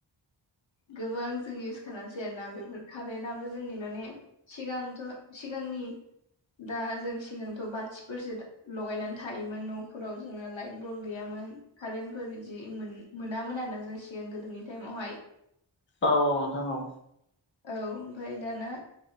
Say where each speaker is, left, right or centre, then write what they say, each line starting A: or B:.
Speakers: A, on the left; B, on the left.
A: गोबां जों इउस खालामसै आरोना बेफोर कारेन्तआबो जोंनि <unintelligible> ने सिगांथ' सिगांनि दा जों सिगांथ' बाथिफोरसो लगायनानै थायोमोन न'फोराव जोंना लाइट बल गैयामोन कारेन्टफोर इदि मोनामोन आरोना जों सिगां गोदोनि टाइमावहाय।
B: औ औ नोंथां औ
A: औ ओमफाय दाना